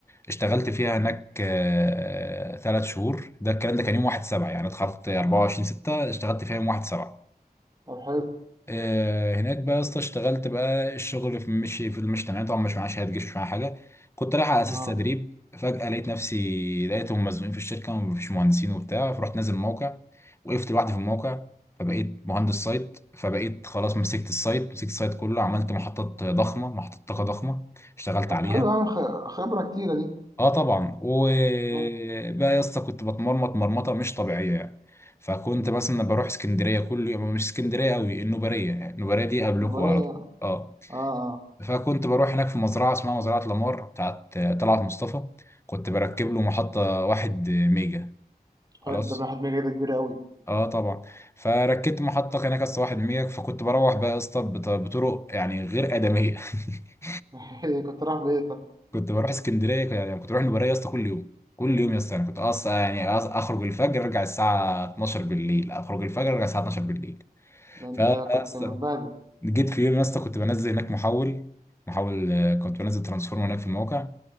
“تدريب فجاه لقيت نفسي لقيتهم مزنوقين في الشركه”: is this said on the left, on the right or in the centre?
Left